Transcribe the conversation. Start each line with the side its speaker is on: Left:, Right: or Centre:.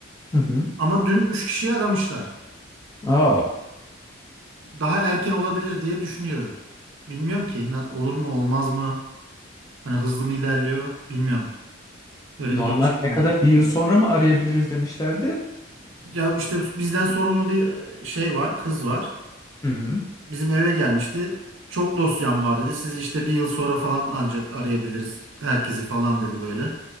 Left: Hı hı.
Right: Ama dün üç kişiyi aramışlar.
Left: Aa,
Right: daha erken olabilir diye düşünüyorum. Bilmiyorum ki na- olur mu olmaz mı? Hani hızlı mı ilerliyor bilmiyorum. Öyle
Left: normal
Right: bir gelişme
Left: ne
Right: oldu.
Left: kadar bir yıl sonra mı arayabiliriz demişlerdi.
Right: Ya işte bizden sorumlu bir e, şey var, kız var.
Left: Hı hı.
Right: Bizim eve gelmişti. Çok dosyam var dedi. Sizi işte bir yıl sonra falan ancak arayabiliriz herkesi falan dedi böyle.